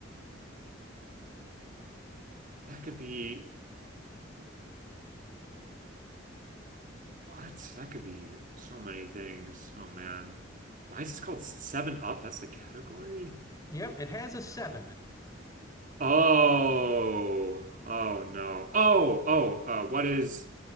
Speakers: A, on the right (about 45°); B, on the left (about 15°).
A: That could be what? That could be so many things. Oh man. Why is this called Seven Up? That's the category?
B: Yep. It has a seven in it.
A: Oh, oh no. Oh, oh, uh, what is